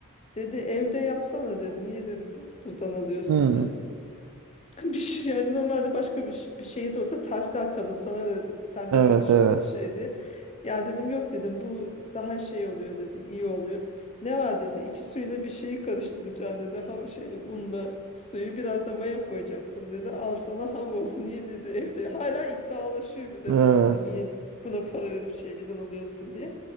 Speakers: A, on the left; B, on the right.
A: Dedi evde yapsana dedi. Niye dedi bu buradan alıyorsun
B: Hmm.
A: dedi. <laughs> Bir şey yani normalde başka bir, şey- bir şey de olsa tersten kadın sana ne sen
B: Evet
A: ne karışıyorsun
B: evet.
A: şey diye. Ya dedim yok dedim bu daha şey oluyor dedim iyi oluyor. Ne var dedi iki suyla bir şeyi karıştıracaksın dedi ha şeyle unla suyu biraz da maya koyacaksın dedi. Al sana hamur <laughs> niye dedi evde hala iddialaşıyor bir de
B: Evet.
A: benimle niye buna para verip şeyden alıyorsun diye.